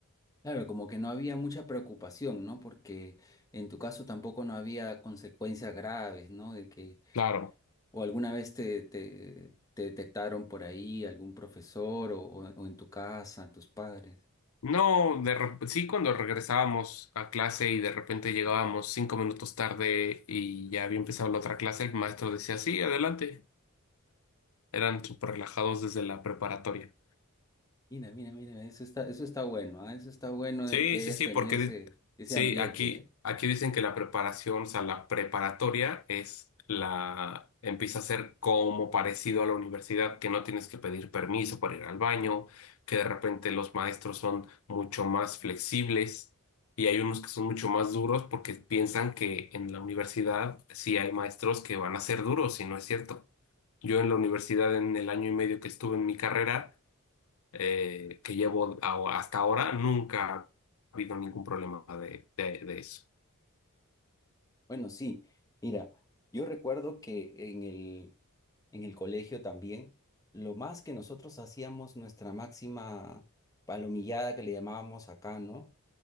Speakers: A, on the left; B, on the left.
A: Claro, como que no había mucha preocupación, ¿no? Porque en tu caso tampoco no había consecuencias graves, ¿no? De que,
B: Claro,
A: o alguna vez te, te, te detectaron por ahí algún profesor o, o o en tu casa, tus padres.
B: no, de, re- sí cuando regresábamos a clase y de repente llegábamos cinco minutos tarde y ya había empezado la otra clase, el maestro decía, sí, adelante. Eran súper relajados desde la preparatoria.
A: Mira, mira, mira, eso está, eso está bueno, ah, Eso está bueno
B: Sí,
A: eh, que hayas
B: sí, sí,
A: tenido
B: porque
A: ese,
B: di-
A: ese
B: sí,
A: ambiente,
B: aquí,
A: ¿eh?
B: aquí dicen que la preparación, o sea, la preparatoria es la, empieza a ser como parecido a la universidad, que no tienes que pedir permiso para ir al baño, que de repente los maestros son mucho más flexibles y hay unos que son mucho más duros porque piensan que en la universidad sí hay maestros que van a ser duros y no es cierto. Yo en la universidad, en el año y medio que estuve en mi carrera, eh, que llevo a- hasta ahora, nunca ha habido ningún problema de, de, de eso.
A: Bueno, sí, mira, yo recuerdo que en el, en el colegio también, lo más que nosotros hacíamos, nuestra máxima palomillada que le llamábamos acá, ¿no?